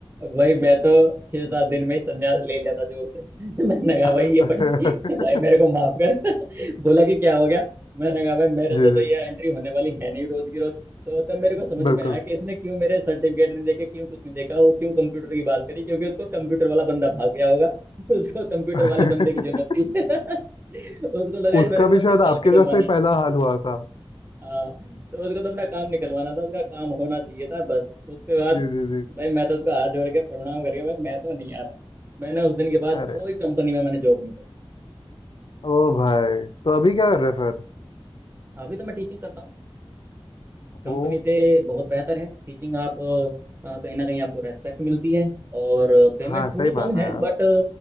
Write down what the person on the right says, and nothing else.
वही मैं तो छह सात दिन में ही संन्यास ले लिया था जॉब से <laughs> मैंने कहा भाई
ये पढ़ी भाई मेरे
को माफ कर <laughs> बोला कि क्या हो गया मैंने कहा भाई मेरे
से तो ये
एंट्री होने वाली है नहीं रोज की रोज तो तब मेरे को
समझ में आया कि इसने क्यों मेरे सर्टिफिकेट नहीं देखे क्यों कुछ नहीं देखा और क्यों कंप्यूटर की बात करी क्योंकि उसको कंप्यूटर वाला बंदा भाग गया होगा <laughs> उसको कंप्यूटर
वाले बंदे की जरूरत थी <laughs> उसको लगा इस
मेरे को तो
अपना
काम
निकलवाना
हाँ तो उसको तो अपना काम निकलवाना था उसका काम होना चाहिए था बस उसके बाद
भाई मैं तो उसका हाथ जोड़ के प्रणाम करके भाई मैं तो नहीं आ रहा मैंने उस दिन के बाद
कोई कंपनी में मैंने जॉब नहीं करी
अभी तो मैं टीचिंग करता हूँ कंपनी
से बहुत बेहतर है टीचिंग आप अ, कहीं ना कहीं आपको रेस्पेक्ट मिलती है और पेमेंट
थोड़ी
कम
है
बट